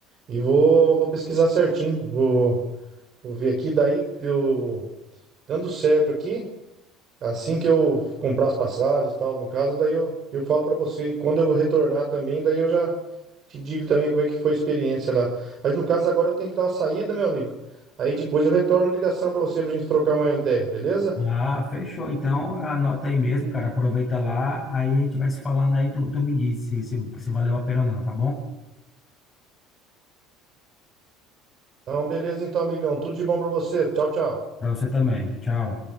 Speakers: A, on the right; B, on the left.
A: e vou, vou pesquisar certinho. Vou, vou ver aqui daí eu dando certo aqui, assim que eu comprar as passagens e tal, no caso, daí eu, eu falo pra você e quando eu retornar também, daí eu já te digo também como é que foi a experiência lá. Mas no caso agora eu tenho que dar uma saída, meu amigo. Aí depois eu retorno a ligação pra você pra gente trocar uma ideia, beleza?
B: Ah, fechou. Então anota aí mesmo, cara. Aproveita lá, aí a gente vai se falando aí, tu, tu me diz se, se, se valeu a pena ou não, tá bom?
A: Então, beleza então, amigão. Tudo de bom pra você. Tchau, tchau.
B: Pra você também. Tchau.